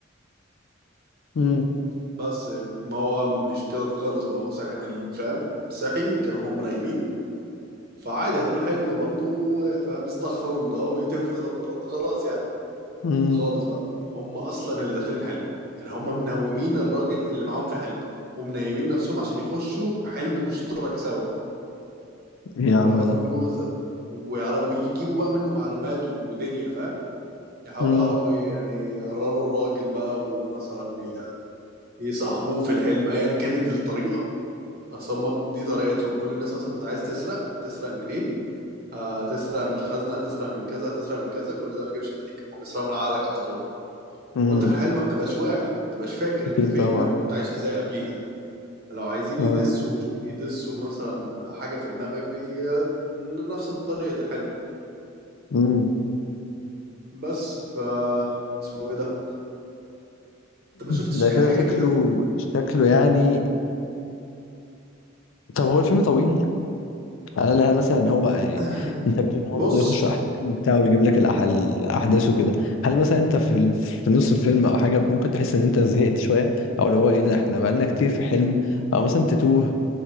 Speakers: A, on the left; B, on the right.
A: امم
B: بس ما هو مش كده خالص بقى هو صاحي من الفهم صحي كانوا هم نايمين فعادي هتقول حلم برضه فاهم استغفر الله ويتف ثلاث مرات وخلاص يعني
A: امم
B: خالص بقى هم اصلا اللي داخلين الحلم يعني هم منومين الراجل اللي معاهم في الحلم ومنيمين نفسهم عشان يخشوا حلم مشترك سوا
A: ايه يا عم
B: ويعرفوا
A: ده
B: يجيبوا مثلا ويعر- ويجيبوا بقى منه معلومات ودنيا فاهم يحاولوا
A: امم
B: يعرفوا يعني يقرروا الراجل بقى ومثلا ي- يصاحبوه في الحلم ايا كانت الطريقة بس هم دي طريقتهم كل الناس مثلا بتبقى عايز تسرق تسرق منين آه تسرق من الخزنة هتسرق من كذا هتسرق من كذا كل ده ما يجيبش نتيجة هم بيسرقوا من عقلك على طول
A: امم
B: وانت في الحال ما بتبقاش واعي ما بتبقاش فاكر
A: اكيد
B: انت فين
A: طبعا
B: او كنت عايش ازاي قبليها لو عايزين
A: آه.
B: يدسوا يدسوا مثلا حاجه في دماغك بي... نفس طريقه الحلم
A: امم
B: بس ف اسمه ايه ده انت ما شفتش
A: ده كده
B: اي حاجه
A: شكله
B: كده
A: شكله يعني طب هو الفيلم طويل قالها مثلا هو بقى يعني
B: <clears throat>
A: انت بتقول ان
B: <laughs>
A: هو
B: بص
A: بيقعد يخش احلام وبتاع ويجيب لك الأح- الاحداث وكده هل مثلا انت في ال... في نص الفيلم او حاجه ممكن تحس ان انت زهقت شويه او اللي هو ايه ده احنا بقالنا كتير في حلم او مثلا تتوه